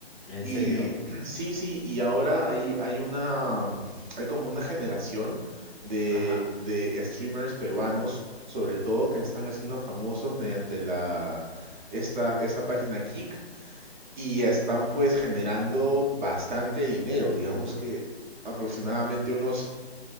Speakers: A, on the left; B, on the right.
A: ¿en
B: Y
A: serio?
B: <clears throat> sí, sí, y ahora hay, hay una, mm, hay como una generación de,
A: Ajá.
B: de streamers peruanos, sobre todo que se están haciendo famosos mediante la, esta, esta página Kick y están pues generando bastante dinero, digamos que aproximadamente unos